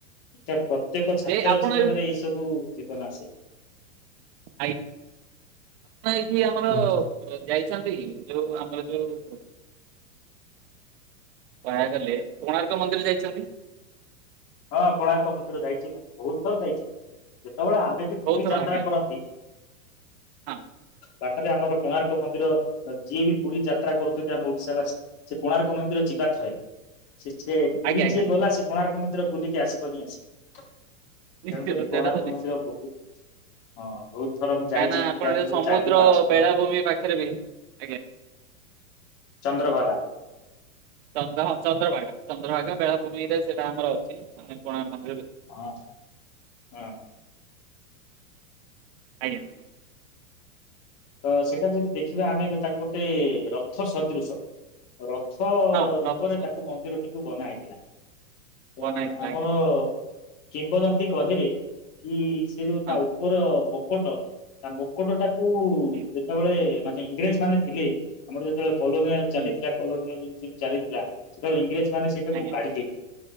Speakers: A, on the left (about 35°); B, on the right (about 45°).
A: ଏଟା ପ୍ରତ୍ୟେକ ଛାତ୍ର
B: ଯେ ଆପଣ
A: ଜୀବନରେ ଏଇ ସବୁ ଜୀବନ ଆସେ।
B: ଆଇ। ଆପଣ ଏଇଠି ଆମର
A: କୁହନ୍ତୁ।
B: ଯାଇଛନ୍ତିକି ଯୋଉ ଆମର ଯୋଉ କୁହା ଗଲେ କୋଣାର୍କ ମନ୍ଦିର ଯାଇଛନ୍ତି।
A: ହଁ କୋଣାର୍କ ମନ୍ଦିର ଯାଇଚି ମୁଁ ବହୁତ ଥର ଯାଇଚି ଯେତେବେଳେ ଆମେ ବି ପୁରୀ
B: ବହୁତ ଥର
A: ଯାତ୍ରା
B: ଆଜ୍ଞା
A: କରନ୍ତି।
B: ହଁ।
A: ବାଟରେ ଆମର କୋଣାର୍କ ମନ୍ଦିର ଯିଏ ବି ପୁରୀ ଯାତ୍ରା କରୁଚନ୍ତି ଆମ ଓଡିଶା ବାସୀ ସେ କୋଣାର୍କ ମନ୍ଦିର ଯିବା ଥଏ ସେ ସେ ପୁରୀ
B: ଆଜ୍ଞା ଆଜ୍ଞା
A: ଯିଏ
B: ଆଜ୍ଞା
A: ଗଲା ସେ କୋଣାର୍କ ମନ୍ଦିର ବୁଲିକି ଆସିବ ହିଁ ଆସିବ।
B: ନିଶ୍ଚିତ
A: ତେଣୁକରି
B: ସେଇଟା
A: କୋଣାର୍କ
B: ତ ନିଶ୍ଚିତ।
A: ମନ୍ଦିର ବହୁତ ହଁ ବହୁତ। ଥର ମୁଁ ଯାଇଛି
B: କାହିଁକି ନା ଆପଣ
A: ପିଲାଦିନରୁ
B: ଏ ସମୁଦ୍ର
A: ଚାରି ରୁ ପାଞ୍ଚ ଥର
B: ବେଳାଭୂମି ପାଖରେ ବି ଆଜ୍ଞା
A: ଚନ୍ଦ୍ରଭାଗା।
B: ଚ୍ର ହଁ ଚନ୍ଦ୍ରଭାଗା ଚନ୍ଦ୍ରଭାଗା ବେଳାଭୂମି ରେ ସେଇଟା ଆମର ଅଛି ମାନେ କଣ ଆମ
A: ହଁ ହ।
B: ଆଜ୍ଞା।
A: ତ ସେଇଟା ଯଦି ଦେଖିବା ଆମେ ତାକୁ ଗୋଟେ ରଥ ସଦୃଶ। ରଥ
B: ହଁ ରଥ
A: ରୂପରେ
B: ସହ
A: ତାକୁ ମନ୍ଦିରଟିକୁ ବନାଏ। ତ
B: ବନା ହେଇଥିଲା
A: ଆମର
B: ଆଜ୍ଞା
A: କିମ୍ବଦନ୍ତି କହେ କି ସେ ଯୋଉ
B: ହଁ
A: ତା ଉପର ମୁକଟ ତା ମୁକଟ ଟାକୁ ଯେତେବେଳେ
B: ହୁଁ
A: ମାନେ ଇଂରେଜ ମାନେ ଥିଲେ ଆମର ଯେତେବେଳେ କଲୋନିଆଲ
B: ହୁଁ
A: ଚାଲିଥିଲା କଲୋନିୟର ଚାଲିଥିଲା ସେତେବେଳେ ଇଂରେଜ ମାନେ ସେଇଟାକୁ
B: ଆଜ୍ଞା
A: କାଢି ଯାଇଥିଲେ